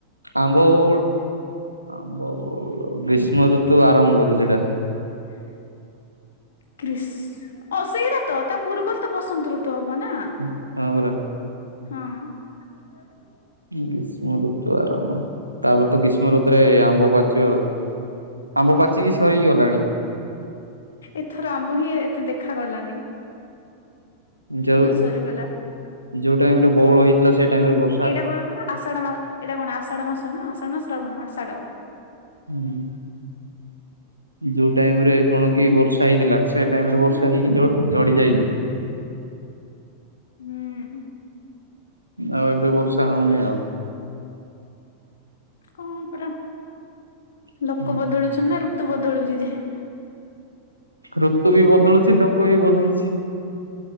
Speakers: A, on the right; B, on the left.
A: ଆମ୍ବ ବଉଳ ଆମ୍ବ ବଉଳ ଗ୍ରୀଷ୍ମ ଋତୁ ଆରମ୍ଭରୁ ସେଇଟା।
B: <inaudible> ଗ୍ରୀସ୍ ଅ ସେଇଟା ତ ତା ପୂର୍ବରୁ ତ ବସନ୍ତ ଋତୁ ହବ ନା।
A: ହୁଁ ହଁ ପରା।
B: ହଁ। <unintelligible>
A: ଗ୍ରୀଷ୍ମ ଋତୁ ଆରମ୍ଭ ତାପରେ ତ ଗ୍ରୀଷ୍ମ ଋତୁରେ ଆମ୍ବ ପାଚିବ ଆଉ। ଆମ୍ବ ପାଚିକି ସରିଗଲାଣି।
B: ଏଥର ଆମ୍ବ ହିଁ ଏତେ ଦେଖା ଗଲାନି।
A: ଯୋଉ
B: ସରିଗଲା
A: ଯୋଉ ଟାଇମ୍ ରେ ବଉଳ ହେଇଥିଲା ସେଇ ଟାଇମରେ ବ
B: ଏଇଟା କଇବୁ ନା ଆଷାଢ ମା ଏଇଟା କଣ ଆଷାଢ ମାସ ନା ଆଷାଢ ନା ଶ୍ରାବଣ ଆଷାଡ଼।
A: ହୁଁ ଯୋଉ ଟାଇମ୍ ରେ କଣ କି ବର୍ଷା ହେଇଥିଲା। ସେ ଟାଇମ୍ ରେ ବର୍ଷା
B: ହୁଁ
A: ହେଇକି ଝ-ଝଡି ଯାଇଚି।
B: ହୁଁ।
A: ଆଉ ଏବେ ବର୍ଷା ହଉନି ଆଉ।
B: କଣ ପରା
A: ହୁଁ
B: ଲୋକ ବଦଳୁଛନ୍ତି
A: ହୁଁ।
B: ନା ଋତୁ ବଦଳୁଚି ଯାହା।
A: ଋତୁ ବି ବଦଳୁଚି ଲୋକ ବି ବଦଳୁଚି।